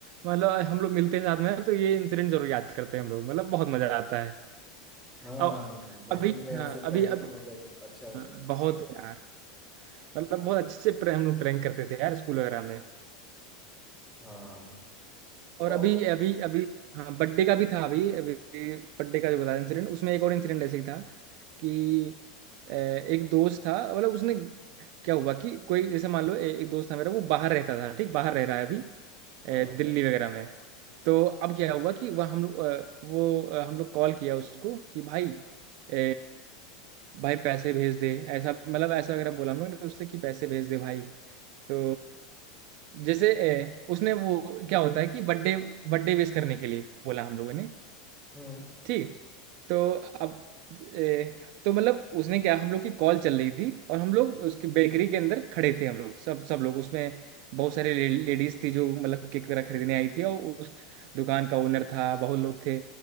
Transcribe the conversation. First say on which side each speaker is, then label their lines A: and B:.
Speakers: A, on the right; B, in the centre.
A: मतलब हम लोग मिलते हैं साथ में तो ये इंसिडेंट जरूर याद करते हैं हम लोग मतलब बहुत मजा आता है
B: हाँ
A: अब
B: हाँ बचपन
A: अभी
B: में ऐसे
A: हाँ
B: प्रैंक
A: अभी अभी
B: तो मतलब अच्छा है
A: हाँ, बहुत यार मतलब बहुत अच्छे से प्रे- हम लोग प्रैंक करते थे यार स्कूल वगैरह में
B: हाँ
A: और
B: और
A: अभी अभी अभी हाँ बर्थडे का भी था अभी अभी बर्थडे का जो बताया इंसिडेंट उसमें एक और इंसिडेंट ऐसे ही था कि अ, एक दोस्त था मतलब उसने क्या हुआ कि कोई जैसे मान लो ए, एक दोस्त था मेरा वो बाहर रहता था ठीक बाहर रह रहा है अभी
B: हाँ
A: अ,
B: हाँ
A: दिल्ली वगैरह में तो अब क्या हुआ कि वह हम लोग अ, वो अ, हम लोग कॉल किया उसको कि भाई अ, भाई पैसे भेज दे ऐसा मतलब ऐसा वगैरह बोला हम लोग ने उससे कि पैसे भेज दे भाई तो जैसे ए, उसने वो क्या होता है कि बर्थडे बर्थडे विश करने के लिए बोला हम लोगों ने
B: हम्म
A: ठीक तो अब ए, तो मतलब उसने क्या हम लोग की कॉल चल रही थी और हम लोग उसकी बेकरी के अंदर खड़े थे हम लोग सब सब लोग उसमें बहुत सारे ले, लेडीज थी जो मतलब केक वगैरह खरीदने आई थी और उस दुकान का ओनर था बहुत लोग थे